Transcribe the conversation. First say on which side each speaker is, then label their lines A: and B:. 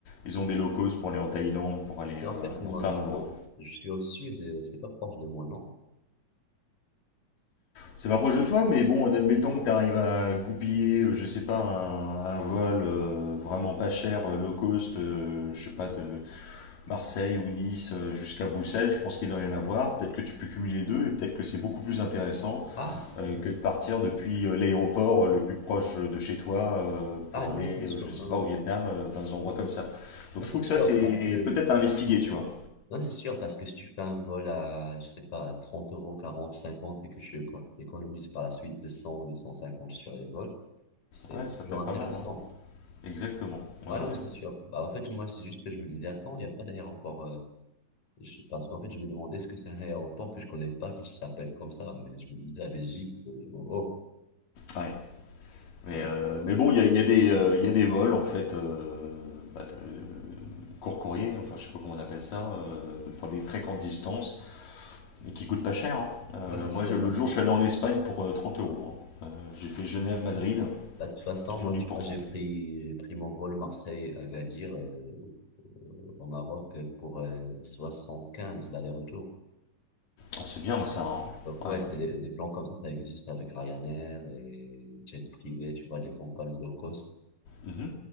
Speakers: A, on the left (about 85°); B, on the left (about 60°).
A: ils ont des locaux pour aller en Thaïlande, pour aller
B: Mais
A: euh,
B: en fait, moi,
A: dans plein
B: je
A: d'endroits.
B: suis au, je suis au sud, et c'est pas proche de moi, non?
A: C'est pas proche de toi, mais bon, en admettant que tu arrives à goupiller, euh, je sais pas, un, un vol euh, vraiment pas cher, euh, low cost, euh, je sais pas, de Marseille ou Nice euh, jusqu'à Bruxelles, je pense qu'il doit y en avoir. Peut-être que tu peux cumuler les deux et peut-être que c'est beaucoup plus intéressant
B: Ah,
A: euh,
B: ok.
A: que de partir depuis euh, l'aéroport euh, le plus proche de chez toi euh,
B: Ah,
A: pour
B: non,
A: aller,
B: c'est sûr,
A: euh, je sais
B: non,
A: pas,
B: non.
A: au Vietnam, euh, dans des endroits comme ça. Donc
B: Non,
A: je
B: c'est
A: trouve
B: sûr,
A: que ça, c'est
B: parce que,
A: peut-être à investiguer, tu vois.
B: non, c'est sûr, parce que si tu fais un vol à, je sais pas, 30 euros, 40 50 et que tu éco- économises par la suite 200 ou 250 sur les vols, c'est
A: Ouais, ça
B: toujours
A: peut être
B: intéressant.
A: pas mal, hein. Exactement. Ouais,
B: Ouais,
A: ouais.
B: non, non, c'est sûr. Bah, en fait, moi, c'est juste que je me disais, attends, il n'y a pas d'aéroport, euh, je- parce qu'en fait, je me demandais, est-ce que c'est un aéroport que je connais pas, qui s'appelle comme ça, mais je me disais, la Belgique, euh, oh, oh.
A: Ouais. Mais,
B: ouais.
A: euh, mais bon, il y a, il y a des, euh, il y a des vols, en fait, euh, bah, de- court courrier, enfin, je sais pas comment on appelle ça, euh, pour des très courtes distances, et qui coûtent pas cher. hein. Euh,
B: Ouais, c'est sûr,
A: moi, je- l'autre
B: ouais.
A: jour, je suis allé en Espagne pour euh, 30 euros. hein. Euh, j'ai fait Genève-Madrid,
B: Bah, de toute façon, moi,
A: j'en ai
B: tu
A: eu pour
B: vois,
A: trente
B: j'ai pris, j'ai pris mon vol Marseille-Agadir euh, au Maroc pour euh, quinze l'aller-retour.
A: Ah, c'est bien, ça, hein.
B: Donc, ouais,
A: Ouais.
B: c'est les- des plans comme ça, ça existe avec Ryanair et jet privé, tu vois, les compagnies low cost.
A: Mhm,